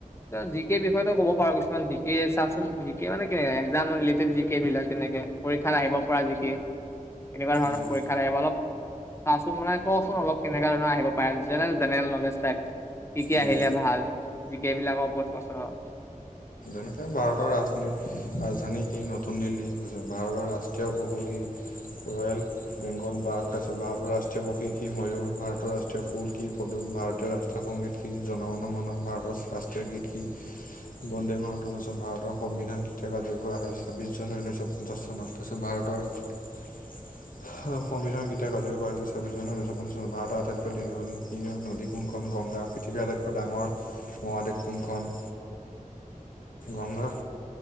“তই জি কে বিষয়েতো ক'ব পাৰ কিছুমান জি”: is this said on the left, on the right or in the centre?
Left